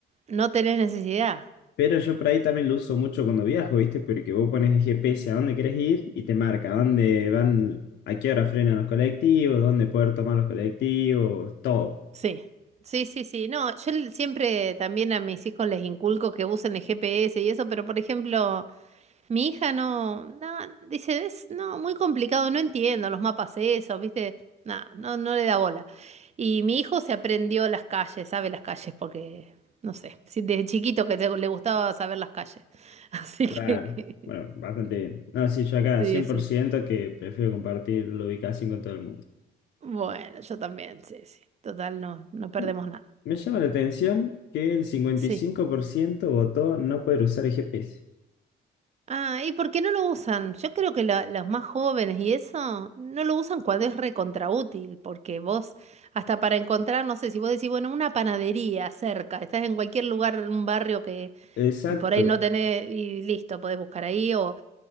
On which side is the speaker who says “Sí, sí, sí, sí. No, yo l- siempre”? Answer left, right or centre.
Right